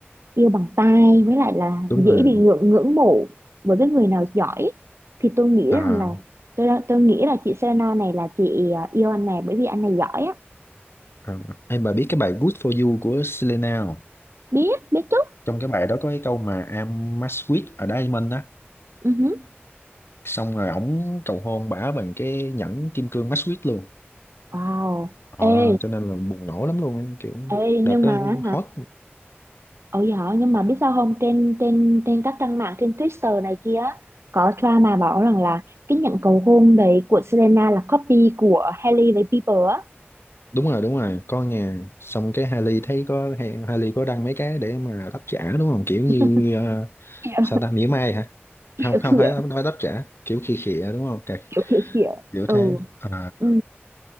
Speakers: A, on the right; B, on the left.
A: yêu bằng tai với lại là
B: đúng
A: dễ
B: rồi.
A: bị ngưỡng ngưỡng mộ với cái người nào giỏi thì tôi nghĩ
B: À,
A: rằng là tôi đã- tôi nghĩ là chị Selena này là chị à, yêu anh này bởi vì anh này giỏi á
B: à. Em bà biết cái bài Good For You của Selena không?
A: biết biết chút
B: Trong cái bài đó có cái câu mà I'm match with a diamond á.
A: Ừ hứ.
B: Xong rồi ổng cầu hôn bả bằng cái nhẫn kim cương match with luôn.
A: wow
B: Ờ,
A: ê
B: cho nên là bùng nổ lắm luôn em kiểu
A: ê nhưng
B: đợt đó
A: mà hả
B: hot
A: ôi giỏi nhưng mà biết sao không trên trên trên các trang mạng trên Twitter này kia á, có drama bảo rằng là cái nhận cầu hôn đấy của Selena là copy của Hailey với Bieber á
B: đúng rồi đúng rồi con nhà xong cái Hailey thấy có Hailey có đăng mấy cái để mà đáp trả đúng không kiểu như
A: <laughs>
B: ờ,
A: kiểu
B: sao ta mỉa mai hả
A: kiểu
B: không
A: kiểu
B: không phải nói đáp trả kiểu khi khịa đúng không Cái
A: kiểu kiểu kiểu
B: kiểu
A: ừ
B: thế à,
A: ừ